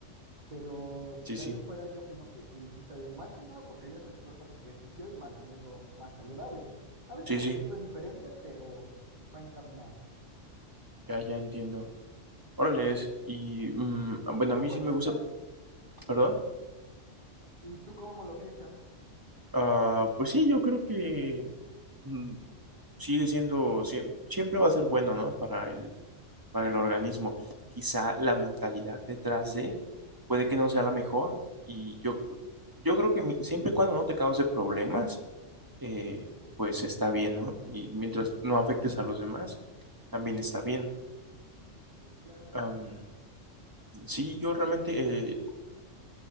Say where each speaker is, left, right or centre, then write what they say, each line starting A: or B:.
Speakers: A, on the right; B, on the right.
A: Pero
B: Sí,
A: de
B: sí,
A: ahí en fuera yo opino que sí, sí está bien. Más que nada porque ayudas a tu cuerpo a hacer ejercicio y mantenerlo más saludable. A veces
B: sí,
A: el objetivo
B: sí,
A: es diferente, pero va encaminado.
B: ya, ya entiendo. Órale, es- y mm,
A: ¿Y tú
B: bueno, a mí
A: cuál
B: sí me
A: piensas?
B: gusta, perdón.
A: ¿Y tú cómo lo piensas?
B: Ah, pues sí, yo creo que mm, sigue siendo, siem- siempre va a ser bueno, ¿no? Para el, para el organismo. Quizá la mentalidad detrás de puede que no sea la mejor y yo, yo creo que mi- siempre y cuando no te cause problemas, eh, pues está bien, ¿no? Y mientras no afectes a los demás, también está bien.
A: Sí, claro.
B: Am, sí, yo realmente eh,